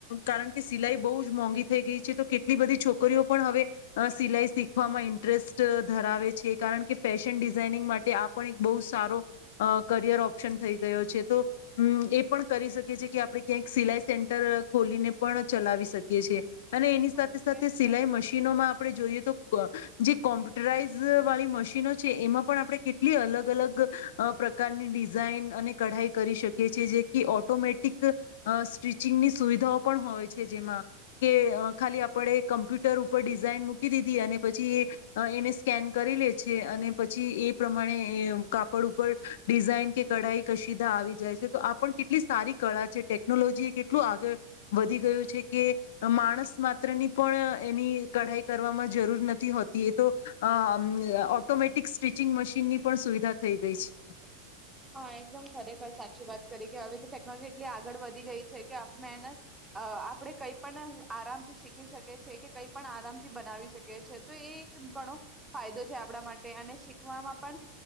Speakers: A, on the left; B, in the centre.
A: કારણ કે સિલાઈ બહુ જ મોંઘી થઈ ગઈ છે તો કેટ ટલી બધી છોકરીઓ પણ હવે સિલાઈ અહ શીખવામાં ઇન્ટરેસ્ટ ધરાવે છે, કારણ કે ફેશન ડિઝાઇનિંગ માટે આ પણ એક બહુ સારો અહ કરિયર ઓપ્શન થઈ ગયો છે. તો ઉમ એ પણ કરી શકીએ છી કે આપણે ક્યાંક સિલાઈ સેન્ટર ખોલીને પણ ચલાવી શકીએ છે. અને એની સાથ
B: હ
A: સાથે
B: એ
A: સિલાઈ
B: તો સાચી
A: મશીનોમાં આપણે જોઈએ તો જે કોમ્પ્યુટરાઈઝ વાળી મશીનો છે એમાં પણ આપણે કેટલી અલગ-અલગ અહ પ્રકારની ડિઝાઇન અને કઢાઈ કરી શકી છીએ જે કે ઓટોમેટિક અહ સ્ટિચિંગની સુવિધાઓ પણ હોય છે જેમાં, કે ખાલી.
B: હ
A: પડે કમ્પ્યુટર ઉપર ડિઝાઇન મૂકી દીધી અને પછી એ એને સ્કેન કરી લે છે, અને પછી એ પ્રમાણે એ એ કાપડ ઉપર ડિઝાઇન કે કઢાઈ કશીદા આવી જાય છે, તો આ પણ કેટલી સારી કળા છે ટેકનોલોજી એ કેટલું આગળ વધી ગયું છે કે માણસમાં ત્ર ની પણ એની કઢાઈ કરવામાં જરૂર નથી હોતી. એ તો અહ ઓટોમેટિક સ્ટિચિંગ મશીનની પણ સુવિધા થઈ ગઈ છે.
B: હા એકદમ ખરેખર સાચી વાત કરી કે હવે તો ટેકનોલોજી એટલી આગળ વધી ગઈ છે કે આપમેન આપણે કઈ પણ આરામથી શીખી શકીએ છેએ કે કંઈ પણ આરામથી બનાવી શકી છીએ તો એ ઘણો ફાયદો છે આપણા માટે અને શીખવામાં પણ